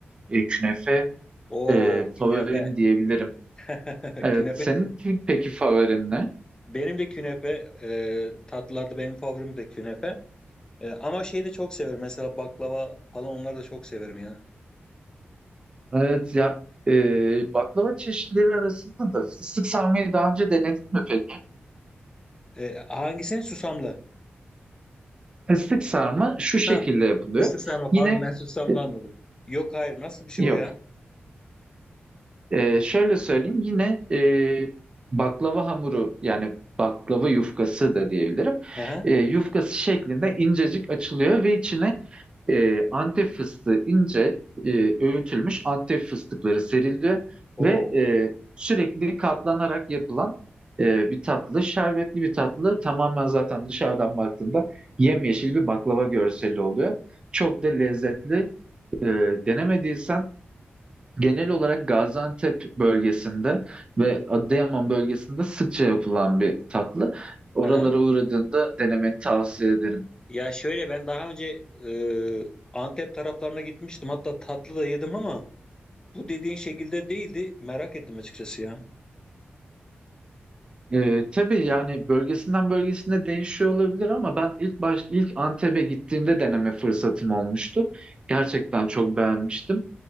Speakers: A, on the right; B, on the left.
A: e, künefe
B: Oo,
A: e, favorim
B: künefe.
A: diyebilirim.
B: <laughs>
A: Evet,
B: Künefe.
A: senin peki favorin ne?
B: Benim de künefe. e, tatlılarda benim favorim de künefe. E, ama şeyi de çok severim. Mesela baklava falan onları da çok severim ya.
A: Evet ya e, baklava çeşitleri arasında da fıstık sarmayı daha önce denedin mi peki?
B: E, hangisini? Susamlı.
A: Fıstık sarma şu şekilde
B: Ha,
A: yapılıyor.
B: fıstık sarma.
A: Yine
B: Pardon ben susamlı
A: e,
B: anladım. Yok hayır. Nasıl bir şey
A: yok
B: o ya?
A: Ee, şöyle söyleyeyim yine e, baklava hamuru yani baklava yufkası da diyebilirim.
B: Aha.
A: Ee, yufkası şeklinde incecik açılıyor ve içine e, Antep fıstığı ince e, öğütülmüş Antep fıstıkları seriliyor
B: Oo.
A: ve e, sürekli katlanarak yapılan e, bir tatlı, şerbetli bir tatlı. Tamamen zaten dışarıdan baktığında yemyeşil bir baklava görseli oluyor. Çok da lezzetli. E, denemediysen Genel olarak Gaziantep bölgesinde ve Adıyaman bölgesinde sıkça yapılan bir tatlı. Oralara
B: Aha.
A: uğradığında denemeni tavsiye ederim.
B: Ya şöyle ben daha önce e, Antep taraflarına gitmiştim. Hatta tatlı da yedim ama bu dediğin şekilde değildi. Merak ettim açıkçası ya.
A: Ee, tabii yani bölgesinden bölgesine değişiyor olabilir ama ben ilk baş ilk Antep'e gittiğimde deneme fırsatım olmuştu. Gerçekten çok beğenmiştim.